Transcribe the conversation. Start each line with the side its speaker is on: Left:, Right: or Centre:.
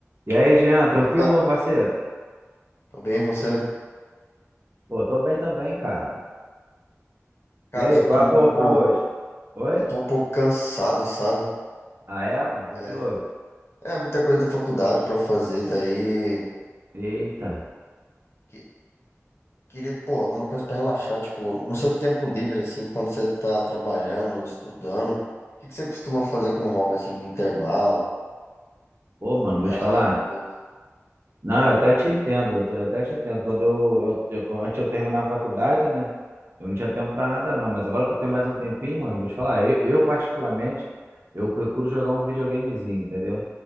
Right: E aí, Jean,
Left: Beleza?
Right: tranquilo, meu parceiro?
Left: Tô bem, você?
Right: Pô, tô bem também, cara.
Left: Cara,
Right: E aí,
Left: eu só
Right: qual
Left: tô
Right: é a
Left: um
Right: boa
Left: pouco,
Right: pra hoje? Oi?
Left: só tô um pouco cansado, sabe?
Right: Ah, é, mano? O que
Left: É,
Right: que houve?
Left: é muita coisa da faculdade pra fazer, daí
Right: Eita.
Left: que- queria, pô, uma coisa pra relaxar, tipo, no seu tempo livre assim, quando você tá trabalhando ou estudando, o que que você costuma fazer como hobby assim no intervalo,
Right: Pô,
Left: ou
Right: mano,
Left: pra
Right: vou
Left: relaxar
Right: te falar.
Left: um pouco?
Right: Não, eu até te entendo, eu te- eu até te entendo. Quando eu, eu, eu- antes de eu terminar a faculdade, né? Eu não tinha tempo pra nada, não. Mas agora que eu tenho mais um tempinho, mano, vou te falar. Eu, eu, particularmente, eu procuro jogar um videogamezinho, entendeu?